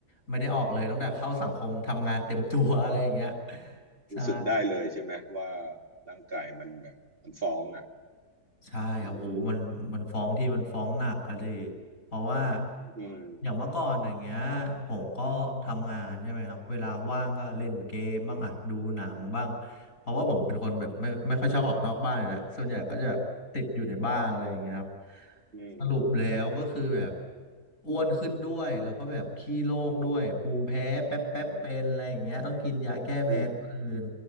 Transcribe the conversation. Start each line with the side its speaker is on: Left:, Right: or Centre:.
Left: ไม่ได้ออกเลยตั้งแต่เข้าสังคมทำงานเต็มตัวอะไรอย่างเงี้ยใช่
Right: รู้สึกได้เลยใช่ไหมว่าร่างกายมันแบบมันฟ้องอ่ะ
Left: ใช่ครับโหมันมันฟ้องที่มันฟ้องหนักก็ดิ
Right: อืม
Left: เพราะว่า
Right: อืม
Left: อย่างเมื่อก่อนอย่างเงี้ยผมก็ทำงานใช่ไหมครับเวลาว่างก็เล่นเกมบ้างอะดูหนังบ้างเพราะว่าผมเป็นคนแบบไม่ไม่ค่อยชอบออกนอกบ้านอยู่แล้วส่วนใหญ่ก็จะแบบติดอยู่ในบ้านอะไรอย่างเงี้ยครับ
Right: อืมอืม
Left: สรุปแล้วก็คือแบบอ้วนขึ้นด้วยแล้วก็แบบขี้โรคด้วยภูมิแพ้แป๊บแป๊บเป็นอะไรอย่างเงี้ยต้องกินยาแก้แพ้ทุกคืน
Right: อืมอืม